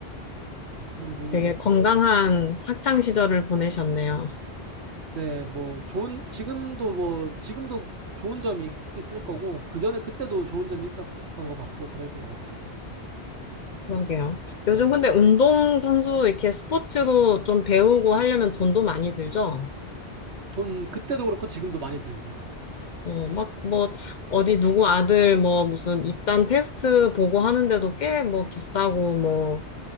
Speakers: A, on the right; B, on the left.
A: 그런 분위기,
B: 되게 건강한 학창 시절을 보내셨네요.
A: 네, 뭐 좋은 지금도 뭐 지금도 좋은 점이 있을 거고 그전에 그때도 좋은 점이 있었던 것 같고 그랬던 것 같아요.
B: 그러게요.
A: 음,
B: 요즘
A: 네.
B: 근데 운동선수 이렇게 스포츠로 좀 배우고 하려면 돈도 많이 들죠?
A: 돈 그때도 그렇고 지금도 많이 들죠.
B: 어, 막, 뭐, 어디 누구 아들, 뭐, 무슨 입단 테스트 보고 하는데도 꽤, 뭐, 비싸고, 뭐,